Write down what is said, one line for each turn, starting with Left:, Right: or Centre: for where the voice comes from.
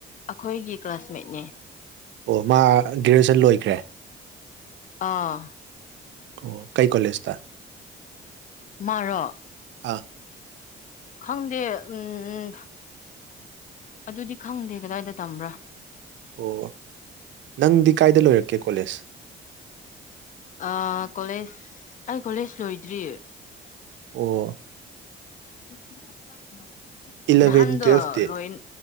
Left: ꯑꯥꯈꯣꯏꯒꯤ ꯀ꯭ꯂꯥꯁꯃꯦꯠꯅꯦ
Right: ꯑꯣ ꯃꯥ ꯒ꯭ꯔꯦꯖꯨꯑꯦꯁꯟ ꯂꯣꯏꯈ꯭ꯔꯦ
Left: ꯑꯥ
Right: ꯑꯣ ꯀꯩ ꯀꯣꯂꯦꯖ ꯇ
Left: ꯃꯥꯔꯣ
Right: ꯑꯥ
Left: ꯈꯪꯗꯦ ꯎꯝ ꯑꯗꯨꯗꯤ ꯈꯪꯗꯦ ꯀꯗꯥꯏꯗ ꯇꯝꯕ꯭ꯔꯥ
Right: ꯑꯣ ꯅꯪꯗꯤ ꯀꯥꯏꯗ ꯂꯣꯏꯔꯛꯀꯦ ꯀꯣꯂꯦꯖ
Left: ꯑꯥ ꯀꯣꯂꯦꯖ ꯑꯩ ꯀꯣꯂꯦꯖ ꯂꯣꯏꯗ꯭ꯔꯤ
Right: ꯑꯣ
Left: <unintelligible>
Right: ꯏꯂꯚꯦꯟ
Left: ꯅꯍꯥꯟꯗꯣ
Right: ꯇꯨꯌꯦꯜꯐꯇꯤ
Left: ꯂꯣꯏꯟ